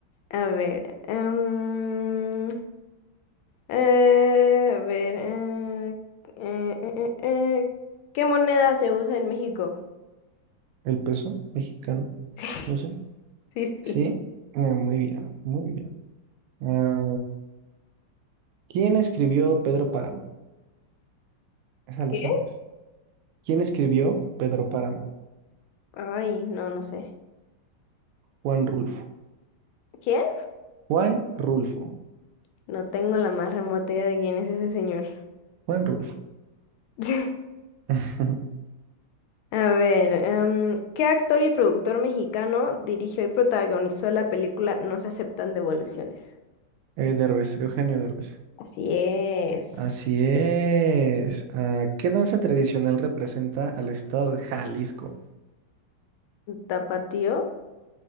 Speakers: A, on the left; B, on the right.
A: A ver, em, eh, a ver, eh, eh, eh, eh, eh, ¿qué moneda se usa en México?
B: El peso mexicano,
A: <laughs>
B: no sé.
A: Sí, sí.
B: Sí, Ah, muy bien, muy bien. Ah, ¿quién escribió Pedro Páramo? Esa la
A: ¿Qué?
B: sabes. ¿Quién escribió Pedro Páramo?
A: Ay, no, no sé.
B: Juan Rulfo.
A: ¿Quién?
B: Juan Rulfo.
A: No tengo la más remota idea de quién es ese señor.
B: Juan Rulfo.
A: <laughs>
B: <laughs>
A: A ver, em, ¿qué actor y productor mexicano dirigió y protagonizó la película No se aceptan devoluciones?
B: Eh, Derbez, Eugenio Derbez.
A: Así es.
B: Así es. Ah, ¿qué danza tradicional representa al estado de Jalisco?
A: ¿Tapatío?